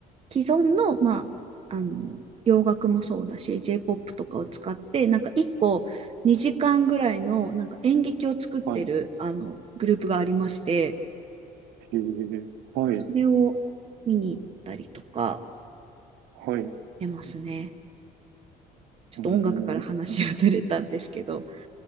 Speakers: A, on the right; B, on the right.
A: 既存の、まあ、あの、洋楽もそうだし、J-POP とかを使って、なんか一個2時間ぐらいのなんか演劇を作ってるあのグループがありまして、
B: はい。へえ、はい。
A: それを見に行ったりとか
B: はい。う
A: してますね。ちょっと音楽から話がずれたんですけど。
B: ーん